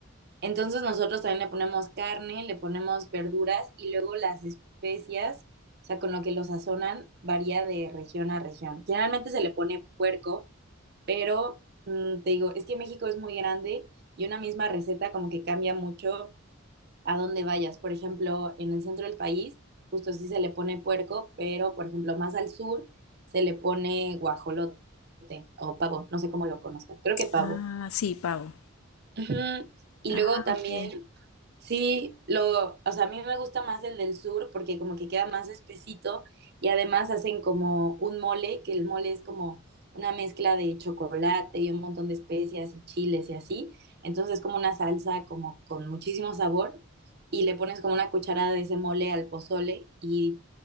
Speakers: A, on the right; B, on the left.
A: Entonces nosotros también le ponemos carne, le ponemos verduras y luego las especias, o sea, con lo que lo sazonan, varía de región a región. Generalmente se le pone puerco, pero mm, te digo, es que México es muy grande y una misma receta como que cambia mucho a dónde vayas. Por ejemplo, en el centro del país, justo sí se le pone puerco, pero por ejemplo, más al sur se le pone guajolote o pavo, no sé cómo lo conozcas, creo que pavo.
B: Ah, sí, pavo.
A: Ujú. Y
B: Ah,
A: luego también,
B: ok.
A: sí, lo, o sea, a mí me gusta más el del sur porque como que queda más espesito y además hacen como un mole, que el mole es como una mezcla de chocolate y un montón de especias y chiles y así. Entonces es como una salsa como con muchísimo sabor y le pones como una cucharada de ese mole al pozole y